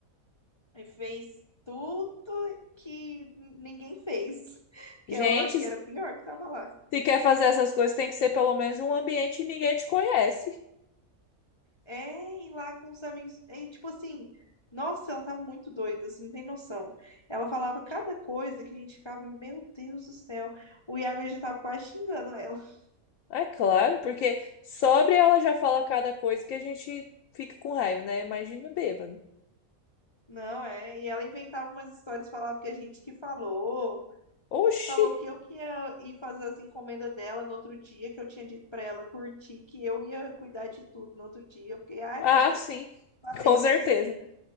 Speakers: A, on the left; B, on the left.
A: e fez tudo que ninguém fez. <laughs> Que
B: Gente,
A: ela eu acho que
B: se
A: era pior que tava lá.
B: se quer fazer essas coisas, tem que ser pelo menos um ambiente que ninguém te conhece.
A: É, e lá com os amigos. É, tipo assim, nossa, ela tava muito doida, você não tem noção. Ela falava cada coisa que a gente ficava, meu Deus do céu. O Iago já tava quase xingando ela. <laughs>
B: É claro, porque sobre ela já fala cada coisa que a gente fica com raiva, né? Imagina bêbado.
A: Não, é. E ela inventava umas histórias, falava que a gente que falou.
B: Oxi!
A: Falou que eu que ia ir fazer as encomendas dela no outro dia, que eu tinha dito pra ela curtir, que eu ia cuidar de tudo no outro dia. Eu fiquei, ai,
B: Ah,
A: tá bom.
B: sim,
A: Falei
B: com certeza.
A: isso sim,